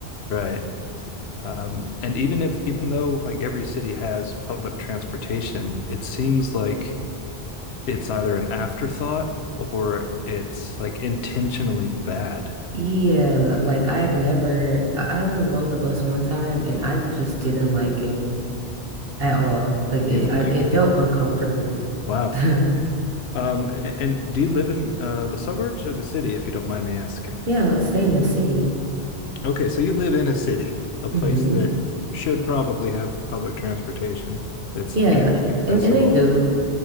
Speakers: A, on the left (about 80°); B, on the right (about 65°).
A: Right. Um, and even if even though like every city has public transportation, it seems like it's either an afterthought or it's like intentionally bad.
B: Yeah. Like I've never, I I only rode the bus one time and I just didn't like it at all. Like it,
A: You've
B: I,
A: only
B: it felt uncomfortable.
A: <laughs> wow.
B: <laughs>
A: Um, and do you live in uh, the suburbs or the city, if you don't mind me asking?
B: Yeah. Stay in the city.
A: Okay, so you live in a city, a place
B: hmm
A: that should probably have public transportation that's
B: Yeah.
A: easy and accessible.
B: And, and they do.